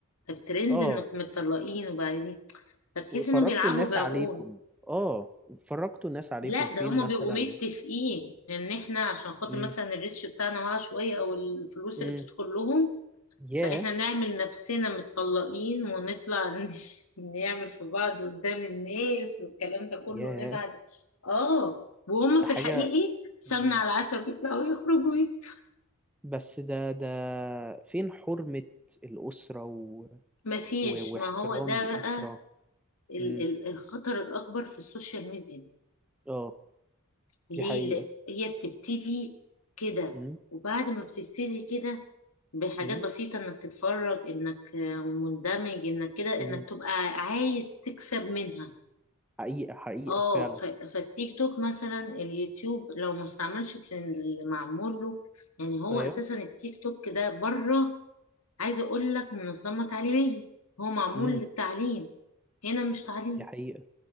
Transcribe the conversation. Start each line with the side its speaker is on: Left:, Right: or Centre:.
Left: طب ترند
Centre: اه
Left: انكم متطلقين وبعدين فتحس انهم
Centre: فرجتوا
Left: بيلعبوا
Centre: الناس
Left: بعقول
Centre: عليكم اه فرجتوا الناس عليكم
Left: لا
Centre: فين
Left: ده هما
Centre: مثلا
Left: بيبقوا متفقين ان احنا عشان خاطر
Centre: امم
Left: مثلا الريتش بتاعنا واقع شوية او الفلوس
Centre: امم
Left: اللي بتدخل لهم فاحنا
Centre: ياه
Left: نعمل نفسنا متطلقين ونطلع ن- <laughs> نعمل في بعض قدام الناس والكلام ده كله
Centre: ياه
Left: ونبعد اه وهم
Centre: ده
Left: في
Centre: حاجة
Left: الحقيقي سمنة
Centre: مم.
Left: على العسل بيطلعوا يخرجوا ويت
Centre: بس ده ده فين حرمة الأسرة و...
Left: مفيش
Centre: و... واحترام
Left: ما هو ده
Centre: الأسرة
Left: بقى ال-
Centre: امم
Left: ال- الخطر الأكبر في السوشيال ميديا
Centre: اه
Left: ليه
Centre: دي حقيقة
Left: لأ- هي بتبتدي كده
Centre: امم
Left: وبعد ما بتبتدي كده بحاجات
Centre: امم
Left: بسيطة انك تتفرج انك آه، مندمج انك كده
Centre: امم
Left: انك تبقى عايز تكسب منها
Centre: حقيقة حقيقة
Left: اه
Centre: فعلا
Left: ف- فالتيك توك مثلا اليوتيوب لو ما استعملش في اللي معمول له يعني هو
Centre: ايوه
Left: اساسا التيك توك ده بره عايزه اقول لك منظمه تعليميه هو معمول
Centre: امم
Left: للتعليم هنا مش تعليم
Centre: دي حقيقة